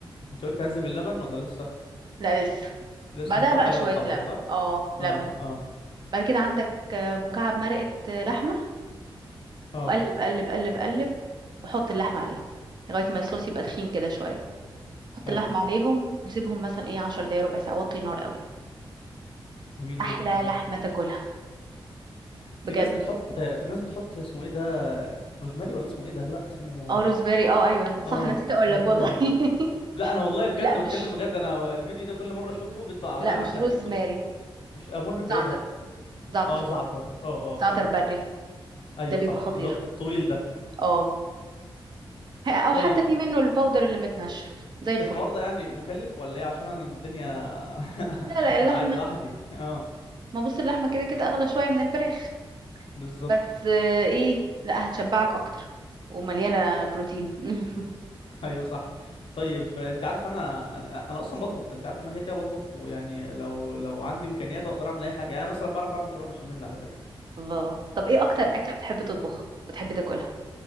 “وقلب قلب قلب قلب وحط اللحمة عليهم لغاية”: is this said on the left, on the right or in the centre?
Right